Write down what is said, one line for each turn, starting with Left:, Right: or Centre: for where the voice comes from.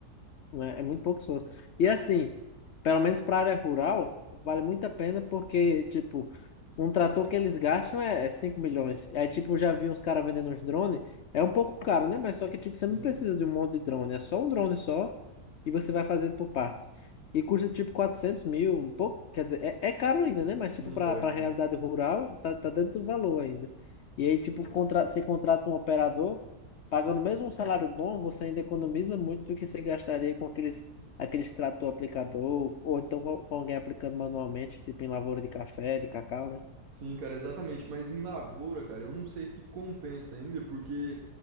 Left: né? É muito pouco pessoas. E assim, pelo menos para área rural, vale muito a pena porque, tipo, um trator que eles gastam é, é 5 milhões. Aí, tipo, eu já vi uns caras vendendo uns drones. É um pouco caro, né? Mas só que, tipo, você
Right: Sim,
Left: não precisa de um monte de drone. É só um drone só e você vai fazendo por partes. E custa, tipo, 400 mil, um pouco. Quer dizer, é, é caro ainda, né? Mas, tipo,
Right: sim,
Left: para
Right: cara,
Left: para
Right: cara.
Left: a realidade rural, tá, tá dentro do valor ainda. E aí, tipo, contra, você contrata um operador Pagando mesmo um salário bom, você ainda economiza muito do que você gastaria com aqueles, aqueles trator aplicador, ou então com com alguém aplicando manualmente, tipo em lavoura de café, de cacau, né?
Right: Sim, cara, exatamente. Mas em lavoura, cara, eu não sei se compensa ainda, porque